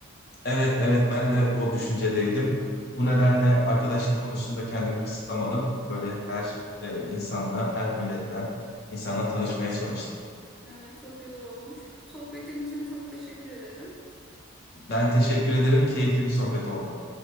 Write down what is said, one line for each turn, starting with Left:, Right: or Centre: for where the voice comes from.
Left: evet, evet ben de o düşüncedeydim. Bu nedenle arkadaşlık konusunda kendimi kısıtlamadım. Böyle her e, insanla, her milletten insanla tanışmaya çalıştım.
Centre: Evet, çok güzel olmuş. Sohbetin için çok teşekkür ederim.
Left: Ben teşekkür ederim, keyifli bir sohbet oldu.